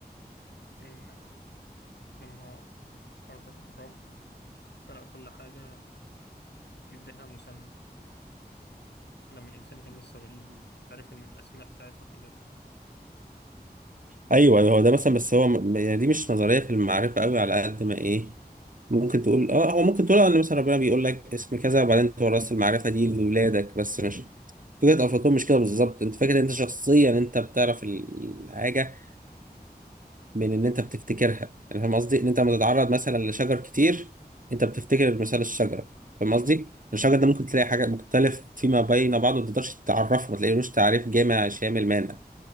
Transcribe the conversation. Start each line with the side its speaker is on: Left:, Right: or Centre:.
Left: إن لما الر- الرب خلق كل حاجة اداها مسمى لما الإنسان كان لسه وليد عارف إن الأسماء بتاعتها كلها
Right: ايوه هو ده مثلا بس هو م- يعني دي مش نظريه في المعرفه قوي على قد ما ايه ممكن تقول اه هو ممكن تقول اه ان مثلا ربنا بيقول لك اسم كذا وبعدين تورث المعرفه دي لاولادك بس مش فكره افلاطون مش كده بالظبط انت فاكر ان انت شخصيا انت بتعرف ال- الحاجه من ان انت بتفتكرها يعني فاهم قصدي ان انت لما تتعرض مثلا لشجر كتير انت بتفتكر مثال الشجره فاهم قصدي الشجر ده ممكن تلاقي حاجات مختلف فيما بين بعضه ما تقدرش تعرفه ما تلاقيلوش تعريف جامع شامل مانع